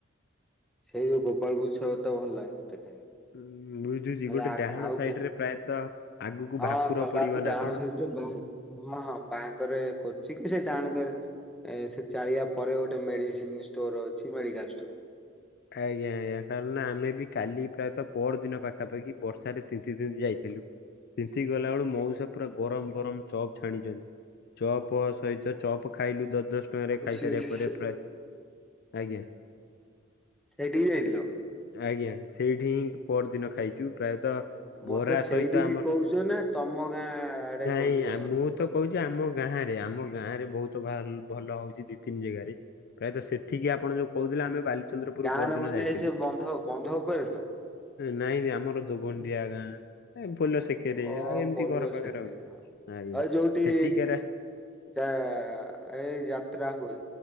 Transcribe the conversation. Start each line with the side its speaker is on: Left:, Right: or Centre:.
Centre: ସେଇ ଯୋଉ ଗୋପାଳପୁର ଛକ ତ ଭଲ ଲାଗେ ମତେ ଖାଇବାକୁ।
Left: ଉଁ ବୁଝୁଛି
Centre: ନହେଲେ
Left: ଗୋଟେ
Centre: ଆ
Left: ଡାହାଣ
Centre: ଆଉ
Left: ସାଇଡରେ
Centre: କେତେ
Left: ପ୍ରାୟତଃ ଆଗକୁ
Centre: ହଁ
Left: ଭାକୁର
Centre: ଗଲାବେଳକୁ
Left: ପଡିବ
Centre: ଡାହାଣ
Left: ନା କଣ?
Centre: ସାଇଡରେ ହଁ ବାଁକରେ କୋଚିଂ ସେ ଡାହାଣ କରେ ଏ ସେ ଚାଳିବା ପରେ ଗୋଟେ ମେଡିସିନ ଷ୍ଟୋର ଅଛି ମେଡିକାଲ ଷ୍ଟୋର।
Left: ଆଜ୍ଞା ଆଜ୍ଞା କାରଣ ଆମେ ବି କାଲି ପ୍ରାୟତଃ ପର ଦିନ ପାଖାପାଖି ବର୍ଷାରେ ତିନ୍ତି ତିନ୍ତି ଯାଇଥିଲୁ। ପିନ୍ଧି କି ଗଲା ବେଳକୁ ମଉସା ପୁରା ଗରମ ଗରମ ଚପ୍ ଛାଣିଛନ୍ତି ଚପ୍ ସହିତ ଚପ ଖାଇଲୁ ଦ ଦଶ
Centre: ହଁ
Left: ଖାଇସାରିବା
Centre: ସେ- ସେ-
Left: ପରେ ଆଜ୍ଞା।
Centre: ସେଇଠିକି ଯାଇଥିଲ।
Left: ଆଜ୍ଞା ସେଇଠି ହିଁ ପରଦିନ ଖାଇଛୁ ପ୍ରାୟତଃ
Centre: ମତେ
Left: ବରା
Centre: ସେଇଠିକି
Left: ସହିତ ଆମର
Centre: କହୁଛ ନା ତମ ଗାଁ ଆଡେ
Left: ନାଇଁ
Centre: କହୁଛ
Left: ମୁଁ
Centre: ଯିବାକୁ
Left: ତ କହୁଛି
Centre: ଖାଇବାକୁ?
Left: ଆମ ଗାଁ ରେ ଆମ ଗାଁ ରେ ବହୁତ ଭ ଭଲ ହଉଛି ଦି ତିନି ଜାଗାରେ। ପ୍ରାୟତଃ ସେତିକି ଆପଣ ଯୋଉ କହୁଥିଲେ ଆମେ ବାଲିଚନ୍ଦ୍ରପୁର
Centre: ହଁରେ
Left: ପରଦିନ
Centre: ମାନେ
Left: ଯାଇଥିଲୁ।
Centre: ଏଇ ସେ ବନ୍ଧ ବନ୍ଧ ଉପରେ ତ
Left: ନାଇଁ ବେ ଆମର ଦୋଗଣ୍ଡିଆ ଗାଁ ପୋଲ ସେକେରେ
Centre: ଅ
Left: ଆଉ ଏମିତି
Centre: ପଲୋ
Left: ଘର ପାଖରେ
Centre: ସେକରେ
Left: ଆଉ
Centre: ହଁ
Left: ଆଜ୍ଞା।
Centre: ଆଉ ଯୋଉଠି
Left: ସେଠିକାରେ
Centre: ଯ ଏଇ ଯାତ୍ରା ହୁଏ।